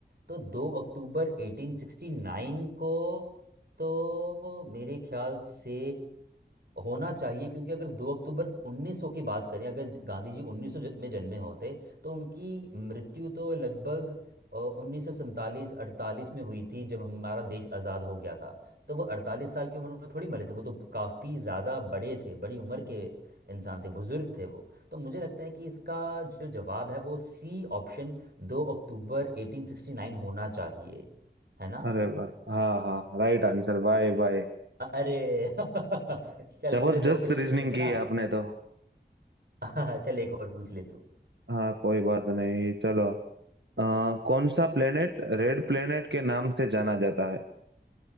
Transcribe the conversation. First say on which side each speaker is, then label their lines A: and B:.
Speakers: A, on the right; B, on the right.
A: तो दो अक्टूबर 1869 को तो मेरे ख्याल से होना चाहिए क्योंकि अगर 2 अक्टूबर 1900 की बात करें अगर ज- गांधी जी 1900 ज- में जन्मे होते तो उनकी मृत्यु तो लगभग उन्नीस सौ सैंतालीस अड़तालीस में हुई थी जब हमारा देश आज़ाद हो गया था तो वो अड़तालीस साल की उम्र में थोड़ी मरे थे वो तो काफ़ी ज़्यादा बड़े थे बड़ी उम्र के इंसान थे बुजुर्ग थे वो तो मुझे लगता है कि इसका जो जवाब है वो सी ऑप्शन 2 अक्टूबर 1869 होना चाहिए है ना
B: अरे भाई हाँ हाँ राइट आंसर भाई भाई
A: अरे <laughs> चल
B: जबरदस्त
A: तूने दो क्वेश्चन
B: रीजनिंग
A: पूछने थे
B: की
A: ना
B: है आपने तो
A: <laughs> हाँ, चल एक और पूछ ले तू
B: हाँ कोई बात नहीं चलो अ, कौन सा प्लेनेट रेड प्लेनेट के नाम से जाना जाता है